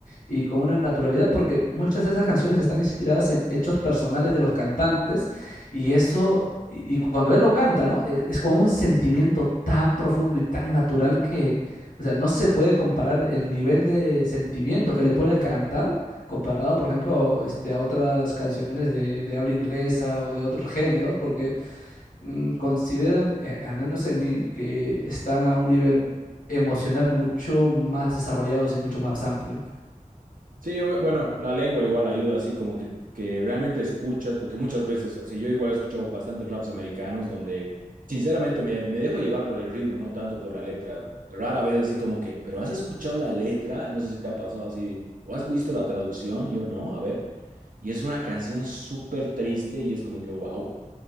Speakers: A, on the left; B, on the right.
A: Y con una naturalidad, porque muchas de esas canciones están inspiradas en hechos personales de los cantantes y eso, y, y cuando él lo canta, ¿no? E- Es, con un sentimiento tan profundo y tan natural que, o sea, no se puede comparar el nivel de sentimiento que le pone el cantar comparado, por ejemplo, este, a otras canciones de, de habla inglesa o de otros géneros, porque mm, consideran, eh, al menos en mí, que están a un nivel emocional mucho más desarrollados y mucho más amplio.
B: Sí, bu- bueno, la lengua igual ayuda, así como que, que realmente escuchas, porque muchas veces, así yo igual he escuchado bastantes raps americanos donde sinceramente me, me dejo llevar por el ritmo, no tanto por la letra. Rara vez así como que, pero ¿has escuchado la letra? No sé si te ha pasado así, o has visto la traducción, yo no, a ver. Y es una canción súper triste y es como que, wow.